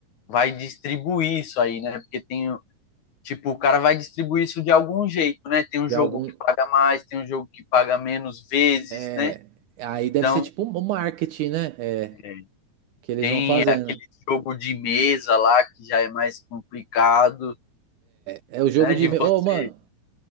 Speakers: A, on the left; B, on the right.
A: vai distribuir isso aí, né? Porque tem, tipo, o cara vai distribuir isso de algum jeito, né? Tem um
B: já
A: jogo
B: algum.
A: que paga mais, tem um jogo que paga menos vezes,
B: É...
A: né?
B: Aí
A: Então,
B: deve ser tipo um marketing, né? É,
A: é,
B: que eles
A: tem
B: vão fazendo.
A: aquele jogo de mesa lá que já é mais complicado,
B: É o jogo
A: né?
B: de.
A: De
B: e-mail.
A: você.
B: Ô, mano,